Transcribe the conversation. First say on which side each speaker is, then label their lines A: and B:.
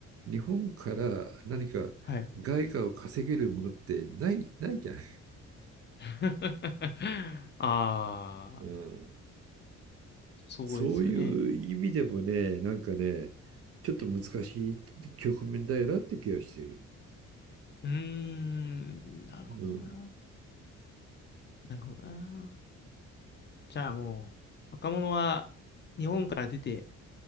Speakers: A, on the right; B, on the left.
A: 日本から何か外貨を稼げるものってない、
B: はい。
A: ないじゃん。
B: <laughs> ああ、
A: うん。
B: そうですよね。
A: そういう意味でもね、なんかね、ちょっと難しい局面だよなって気がしてる。
B: うーん、なるほどな。
A: うん。
B: なるほどな。じゃあもう、若者は日本から出て、